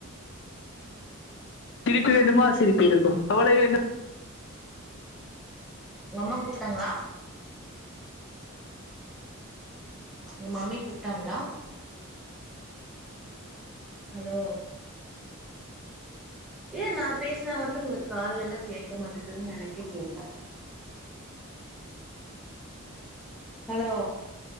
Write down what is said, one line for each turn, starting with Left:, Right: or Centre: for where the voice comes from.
Left: சிரிப்பு வேண்டுமா சிரிப்பிருக்கும் கவலை வேண்டு
Centre: உங் அம்மா கூப்ட்டாங்ளா உங்க மம்மி கூப்ட்டாங்ளா ஹலோ ஏ நா பேஸ்னா மட்டு உங்ளுக் காத்லெல்லா கேட்க மாட்டக்குன் எனக்கே தெரில ஹலோ